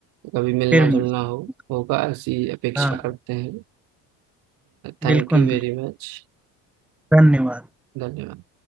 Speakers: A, on the right; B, in the centre.
A: कभी मिलना
B: फिर
A: जुलना
B: मिलते
A: हो होगा ऐसी अपेक्षा
B: हैं। हाँ
A: करते हैं Thank
B: बिल्कुल
A: you very
B: बिल्कुल
A: much
B: धन्यवाद
A: धन्यवाद